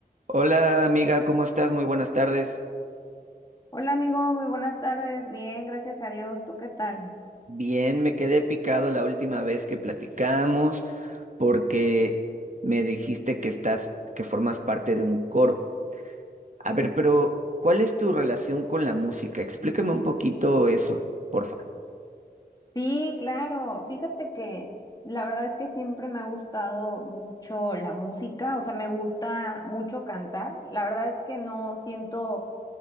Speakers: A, on the right; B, on the left.
A: Hola amiga, ¿cómo estás? Muy buenas tardes.
B: Hola amigo, muy buenas tardes. Bien, gracias a Dios. ¿Tú qué tal?
A: Bien, me quedé picado la última vez que platicamos porque me dijiste que estás, que formas parte de un coro. A ver, pero ¿cuál es tu relación con la música? Explícame un poquito eso, porfa.
B: Sí, claro. Fíjate que la verdad es que siempre me ha gustado mucho la música, o sea, me gusta mucho cantar. La verdad es que no siento